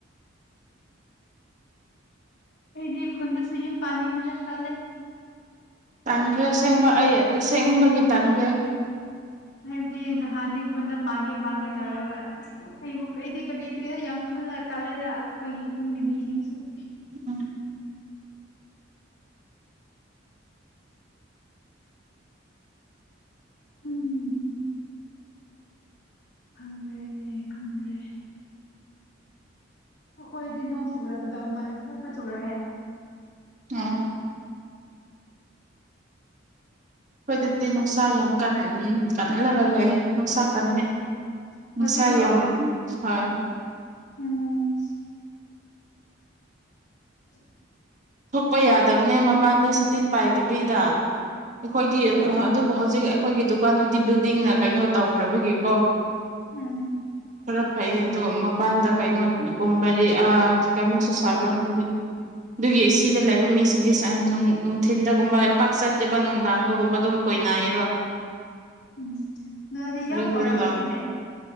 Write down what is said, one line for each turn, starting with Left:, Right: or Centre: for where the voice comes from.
Left: ꯑꯩꯗꯤ ꯈꯨꯟꯗꯁꯨ ꯌꯨꯝ ꯄꯥꯟꯅꯤꯗꯦꯗ ꯇꯜꯂꯦ
Right: ꯇꯥꯟꯈ꯭ꯔꯦ ꯑꯁꯦꯡꯕ ꯑꯩ ꯑꯁꯦꯡꯕꯒꯤ ꯇꯟꯈ꯭ꯔꯦ
Left: ꯍꯥꯏꯕꯗꯤ ꯅꯍꯥꯟꯗꯤ ꯈꯨꯣꯟꯗ ꯄꯥꯟꯒꯦ ꯄꯥꯟꯒꯦ ꯇꯥꯔꯒ ꯑꯩꯕꯨ ꯑꯩꯗꯤ ꯀꯔꯤ ꯀꯔꯤ ꯌꯥꯝ ꯈꯜꯂ ꯇꯥꯜꯂꯦꯗ ꯑꯩꯈꯣꯏꯒꯤ ꯈꯨꯟꯒꯤ ꯃꯤꯁꯤꯡꯁꯨ <inaudible>
Right: ꯎꯝ
Left: ꯎꯝ ꯈꯪꯗ꯭ꯔꯦ ꯈꯪꯗ꯭ꯔꯦ ꯑꯩꯈꯣꯏꯗꯤ ꯅꯣꯡ ꯆꯨꯨꯔꯛꯀꯗꯕ ꯃꯥꯜꯂꯦ ꯈꯔ ꯈꯔ ꯆꯨꯔꯛꯑꯦ
Right: ꯑꯥ ꯑꯩꯈꯣꯏꯗꯗꯤ ꯅꯨꯡꯁꯥ ꯌꯥꯝ ꯀꯟꯅ ꯀꯜꯂꯒ ꯂꯩ ꯅꯨꯡꯁꯥ ꯀꯟꯅꯟꯅꯩ ꯉꯅꯨꯡꯁꯥꯏ
Left: ꯍꯧꯖꯤꯛꯔꯣ
Right: ꯌꯥꯝ ꯍꯣꯏ
Left: ꯎꯝ <inaudible>
Right: ꯊꯣꯛꯛꯄ ꯌꯥꯗ ꯗꯕꯅꯦ ꯃꯄꯥꯟꯗ ꯇꯤꯟ ꯄꯥꯏꯗꯕꯤꯗ ꯑꯩꯈꯣꯏꯗꯤ
Left: ꯎꯝ
Right: ꯑꯗꯨꯕꯨ ꯍꯧꯖꯤꯛ ꯑꯩꯈꯣꯏꯒꯤ ꯗꯨꯀꯥꯟꯗꯨꯗꯤ ꯕꯤꯜꯗꯤꯡꯅ ꯀꯩꯅꯣ ꯇꯧꯈ꯭ꯔꯕꯒꯤꯀꯣ
Left: ꯎꯝ
Right: ꯈꯔ ꯐꯩꯌꯦ ꯑꯗꯣ ꯃꯄꯥꯟꯗ ꯀꯩꯅꯣ ꯀꯨꯝꯕꯗꯤ ꯀꯌꯥꯃꯨꯛꯁꯨ ꯁꯥꯕ꯭ꯔꯥ ꯈꯪꯗꯦ ꯑꯗꯨꯒꯤ ꯁꯤꯗ ꯂꯩꯕ ꯃꯤꯁꯤꯡꯗꯤ ꯅꯨꯡꯊꯤꯟꯗꯒꯨꯝꯕ ꯄꯥꯛ ꯆꯠꯇꯦꯕ ꯅꯨꯡꯗꯥꯡꯗꯒꯨꯝꯕ ꯑꯗꯨꯝ ꯀꯣꯏꯅꯥꯏꯌꯦꯕ
Left: ꯎꯝ ꯑꯗꯨꯅꯗꯤ
Right: ꯀꯔꯤ
Left: ꯌꯥꯝ ꯉꯧꯔꯛꯑꯝꯕꯅꯤꯅꯦ
Right: ꯀꯔꯤ ꯂꯥꯛ